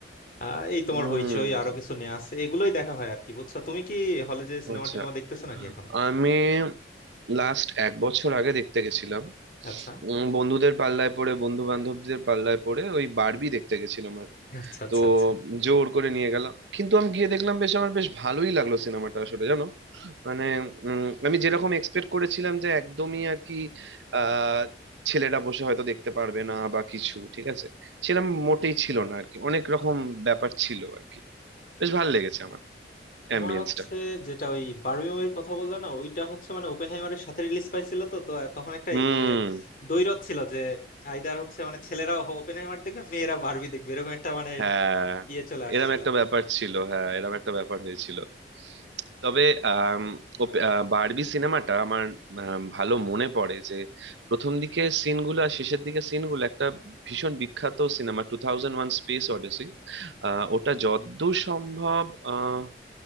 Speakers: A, on the left (about 50°); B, on the right (about 80°).
A: আহ, এই তোমার
B: হুম
A: হইচই আরো কিছু নেওয়া আছে এগুলোই দেখা হয় আর কি বুঝছো তুমি কি হলে যে সিনেমা
B: আচ্ছা
A: টিনেমা দেখতেছো নাকি এখন
B: আমি লাস্ট এক বছর আগে দেখতে গেছিলাম
A: আচ্ছা
B: উম, বন্ধুদের পাল্লায় পড়ে বন্ধু বান্ধবদের পাল্লায় পড়ে ওই বারবি দেখতে গেছিলাম আর কি।
A: আচ্ছা আচ্ছা
B: তো
A: আচ্ছা
B: জোর করে নিয়ে গেল কিন্তু আমি গিয়ে দেখলাম বেশ আমার বেশ ভালোই লাগলো সিনেমাটা আসলে জানো মানে উম, আমি যেরকম এক্সপেক্ট করেছিলাম যে একদমই আর কি আহ ছেলেরা বসে হয়তো দেখতে পারবে না বা কিছু ঠিক আছে সেরকম মোটেই ছিল না আর কি অনেক রকম ব্যাপার ছিল আর কি বেশ ভালো লেগেছে আমার
A: তোমার
B: অ্যাম্বিয়েন্সটা
A: হচ্ছে যেটা ওই বারবি মুভির কথা বললা না ওইটা হচ্ছে মানে ওপেনহাইমারের সাথে রিলিজ পাইছিল তো তো তখন একটা
B: হুম
A: মানে দ্বৈরথ ছিল যে আইদার হচ্ছে মানে ছেলেরা ওপেনহাইমার দেখবে মেয়েরা বারবি দেখবে এরকম একটা মানে
B: হ্যাঁ
A: ইয়ে চলে আসছিল
B: এরম একটা ব্যাপার ছিল হ্যাঁ এরম একটা ব্যাপার হয়েছিল তবে আম, ওপ- আহ, বারবি সিনেমাটা আমার আম, ভালো মনে পড়ে যে প্রথম দিকে সিনগুলো আর শেষের দিকে সিনগুলো একটা ভীষণ বিখ্যাত সিনেমা টু থাউজেন্ড ওয়ান স্পেস অডিসি ওটা যতদূর সম্ভব আহ,